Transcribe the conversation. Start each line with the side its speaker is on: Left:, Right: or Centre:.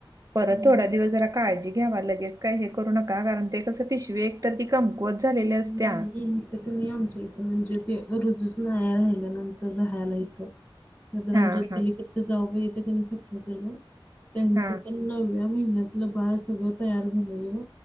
Right: परत
Left: हम्म.
Right: थोडा दिवस जरा काळजी घ्यावा लगेच काय हे करू नका कारण ते कसं पिशवे तर ती कमकुवत झालेली असत्या.
Left: नाही ते क नि आमच्या इथं म्हणजे ते रूजूच नाही राहिल्या नंतर राहायला इथं
Right: हां,
Left: आमच्या
Right: हां.
Left: पलीकडचे जाऊ बाई येते क नाही सखे चुलत त्यांच
Right: हां.
Left: पण नवव्या महिन्यातलं बाळ सगळं तयार झालेलं